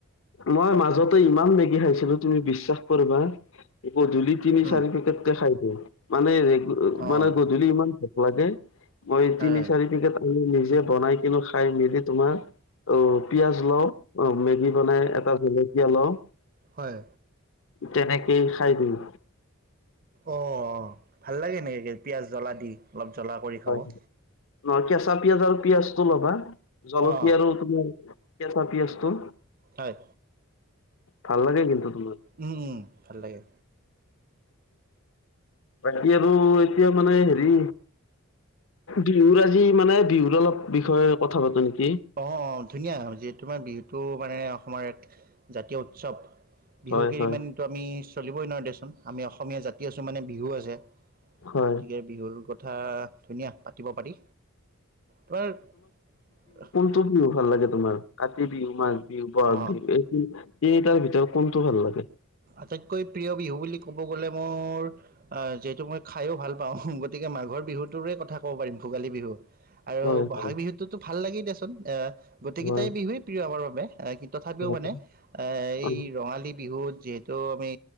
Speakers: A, on the left; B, on the right.
A: মই মাজতে ইমান মেগী খাইছিলো তুমি বিশ্বাস কৰিবা। গধূলিত তিনি
B: উম,
A: চাৰি পেকেটকে খাই দিওঁ, মানে ৰে
B: অ',
A: মানে গধূলি ইমান ভোক লাগে। মই
B: হয়
A: তিনি
B: হয়,
A: চাৰি পেকেট আমি নিজে বনাই কিনে খাই মেলি তোমাৰ অ', পিয়াজ লওঁ অ' মেগী বনাই এটা জলকীয়া লওঁ।
B: হয়।
A: তেনেকেই খাই দিওঁ।
B: অ', ভাল লাগে এনেকে পিয়াজ জ্বলা দি। অলপ জ্বলা কৰি। খাব।
A: হয়,
B: অ',
A: নহয় কেঁচা পিয়াজ আৰু পিয়াজটো ল'বা জলকীয়া
B: অ',
A: আৰু তোমাৰ কেচা পিয়াজটো।
B: হয়।
A: ভাল লাগে কিন্তু তোমাৰ।
B: উম, উম, ভাল লাগে।
A: বাকী আৰু এতিয়া মানে হেৰি বিহুৰ আজি মানে বিহুৰ অলপ বিষয়ে কথা পাতো নেকি?
B: অ', অ', ধুনীয়া যিহেতু আমাৰ বিহুটো মানে অসমৰ এক জাতীয় উৎসৱ। বিহুক
A: হয়
B: এৰি
A: হয়।
B: মানেটো আমি চলিবই নোৱাৰোঁ দেচোন। আমি অসমীয়া জাতি আছোঁ মানে বিহু আছে।
A: হয়।
B: গতিকে বিহুৰ কথা ধুনীয়া পাতিব পাৰি। তোমাৰ
A: টো বিহু ভাল লাগে তোমাৰ কাতি বিহু, মাঘ বিহু, বহাগ
B: অঁ
A: বিহু এই তিনি এই কেইটাৰ ভিতৰত কোনটো ভাল লাগে?
B: আটাইতকৈ প্ৰিয় বিহু বুলি ক'ব গ'লে মোৰ আহ যিহেতু মই খায়ো ভাল পাওঁ গতিকে মাঘৰ বিহুটোৰে কথা ক'ব পাৰিম ভোগালী বিহু। আৰু
A: হয়
B: বহাগ
A: হয়
B: বিহুটোতো ভাল লাগেই দেচোন। আহ গোটকেইটাই
A: মই
B: বিহুৱেই প্ৰিয় আমাৰ বাবে। এ কিন্তু তথাপিও
A: উম
B: মানে এ
A: হয়
B: এই ৰঙালী বিহুত যিহেতু আমি